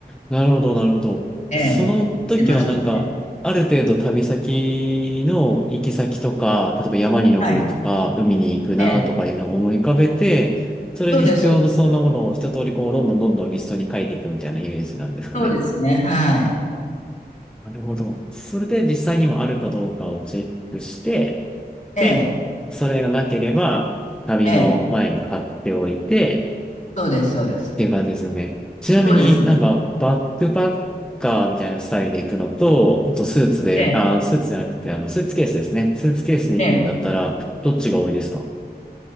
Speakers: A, in the centre; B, on the left.
A: なるほど、なるほど。
B: ええ、
A: その時はなんか、
B: してますね。
A: ある程度旅先の行き先とか、例えば山に登るとか、
B: はい。
A: 海に行くなとかいうのを思い浮かべて、
B: ええ、
A: それに必要なそうなものを一通りこう、
B: そうです、そうです。
A: どんどんどんどんリストに書いていくみたいなイメージなんですかね。
B: そうですね。はい。
A: なるほど。それで実際にもあるかどうかをチェックして、
B: ええ、
A: で、それがなければ、旅の前に買っておいて、
B: ええ、そうです、そうです。
A: っていう感じですよね。ちなみになんかバックパッカーみたいなスタイルで行くのと、
B: そうですね。
A: あとスーツで、
B: ええ、
A: あ、スーツじゃなくてあのスーツケースですね。スーツケースで行くんだったらどっちが多いですか
B: ええ。